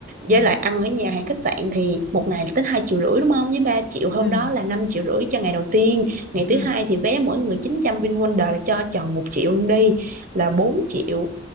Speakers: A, on the left; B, on the right.
A: ừ
B: với lại ăn ở nhà hàng khách sạn thì một ngày là tính hai triệu rưỡi đúng không với 3 triệu hôm
A: ừ
B: đó là 5 triệu rưỡi cho ngày đầu tiên ngày
A: ừ
B: thứ hai thì vé mỗi người chín trăm VinWonder là cho tròn một triệu luôn đi là bốn triệu